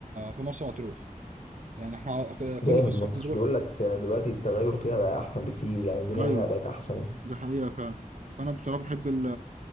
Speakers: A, on the right; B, on the left.
A: في مرسى مطروح يعني احنا كل
B: جامد
A: مصيف
B: مصر
A: بنروح
B: بيقول لك آه، دلوقتي التغير فيها بقى احسن بكتير يعني الدنيا
A: ايوه
B: فيها بقت احسن
A: دي حقيقة فعلا فانا بصراحة بحب ال-